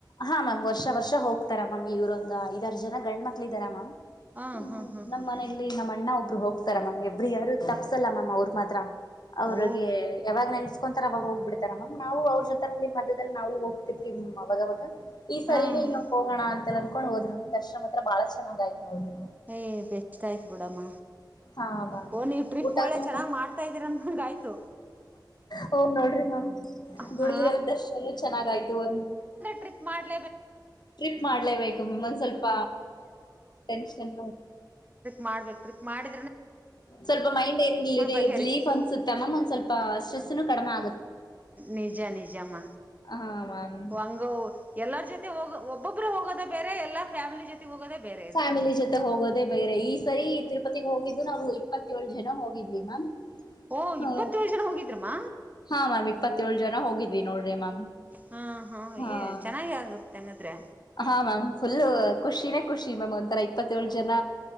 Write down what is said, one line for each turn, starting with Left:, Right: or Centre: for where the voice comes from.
Left: ಹಾ ಮ್ಯಾಮ್ ವರ್ಷ ವರ್ಷ ಷ್ಟ ಹ್ತಾರ ಮಾಮ್ ಇವ್ರೊಂದ್ಐದರ್ು ಜನ ಗಂಡ್ ಮಕ್ಳ ಇದ್ದಾರ ಮ್ಯಾಮ್
Right: ಹ
Left: ಹ್ಮ್
Right: ಹಾ ಹಾ
Left: ನಮ್ಮ್
Right: ಹಾ
Left: ಮನೆಯಲ್ಲಿ
Right: ಹಾ
Left: ನಮ್ಮ ಅಣ್ಣ ಒಬ್ರು ಹೋಗಿ ರ ಮಾಮ್ ಎವ್ರಿ ಇಯರ್ ತಪ್ಸ್ಲ್ಲ ಮಾಮ ಅವ್ರ ಮಾತ್ರ ಅವ್ರಗೆ
Right: ಓ
Left: ಯಾವಾಗ್ ನೆನ್ಸ ಕೊಂತರವಾಗ ಹೋಗ್ಬ ಬಿಡ್ತಾರ ಮಾಮ್ ನಾವು ಅವ್ರ ಜೊತರ ಮದದಲ್ಲಿ ನಾವು ಹೋಗತಿರ್ತಿವಿ್ ಬ ಬಾಗ ಈ ಸರಿ
Right: ಹಾ
Left: ನೀ ನೀನು
Right: ಹಾ
Left: ಹೋಗಣ ಅಂತ ಅಕೊಂಡ ಹೋದ್ ನ ದರ್ಶ ಹತ್ರ ಬಾಳ ಚೆನ್ನ್ ಆ್ತ ನೋದು
Right: ಏ್ ಬೆಸ್ ಆಯ್ತ್ ಬಿಡಮ್ಮ
Left: ಹಾ ಮ್ಯಾಮ್
Right: ಓ ನೀವ್ ಟ್ರಿಪ್
Left: ಊಟಾನ
Right: ಒಳ್ಳೆ ಚೆನ್ನಾಗ್ ಮಾಡ್ತಾ ಇದ್ದೀರ ಅಂದಂಗ ಆಯ್ತು
Left: ಹೋಗ ನೋಡ್ರಿ ಮ್ಯಾಮ್
Right: ಹ
Left: ಗುಡಿಗಿರಲ್ ದರ್ಶನ ಚೆನ್ನಾಗಾಯ್ತು ಒಂದ್
Right: ಕ್ರ ಮಾಡ
Left: ಟ್ರಿಪ್ ಮಾಡ್ಲೇಬೇಕು ಮ್ಯಾಮ್ ಒಂದ್ ಸ್ವಲ್ಪ ಟೆನ್ಷನ್
Right: ಮಾಡ ಮಾಡ
Left: ಸ್ವಲ್ಪ ಮೈಂಡ್ ಏನ
Right: ಬಗೆಹರಿಯುತ್ತೆ
Left: ರಿಲೀಫ ಅನ್ಸುತ್ತೆ ಮ್ಯಾಮ್ಂದ್ ಸ್ವಲ್ಪ ಸ್ಟ್ರೆಸ್ನು ಕಮ ಆ
Right: ನಿಜ ನಿಜಮ್ಮ
Left: ಹಾ ಮ್ಯಾಮ್
Right: ಹಂಗ ಎಲ್ಲಾರ ಜೊತೆ ಹೋಗ ಒಬೊಬ್ಬರು ಹೋಗೋದ ಬೇ ಎಲ್ಲ ಫ್ಯಾಮಿಲಿ ಜೊತೆ ಹೋಗೋದೇ ಬೇರೆ ಇರುತ್ತೆ
Left: ಫ್ಯಾಮಿಲಿ ಜೊತೆ ಹೋಗೋದೆೇ ಬೇರೆ ಈ ಸರಿರ್ ಇತ್ತ ಹೋಗಿದ್ದು ನಾವು ಇಪ್ಪತ್ತಏಳ್ು ಜನ ಹೋಗಿದ್ವಿ ಮ್ಯಾಮ್
Right: ಓ
Left: ಹ್ಮ
Right: ಇಪ್ಪತ್ತೇಳು ಜನ ಹೋಗಿದ್ರಮ್ಮ
Left: ಹಾ ಮ್ಯಾಮ್ ಇಪ್ಪತ್ತೇಳೇಳು ಜನ ಹೋಗಿದ್ವಿ ನೋಡ್ರಿ ಮ್ಯಾಮ್
Right: ಹಾ ಹಾ
Left: ಹಾ
Right: ಏ ಚೆನ್ನಾಗಿ ಆಗುತ್ತೆ ಹಂಗಿದ್ರೆ
Left: ಹಾ ಮ್ಯಾಮ್ ಫುಲ್ ಖುಷಿನೇ ಖುಷಿ ಮಾಮ್ ಒಂಂತರ ಇಪ್ಪತ್ತಏೇಳು ಜನ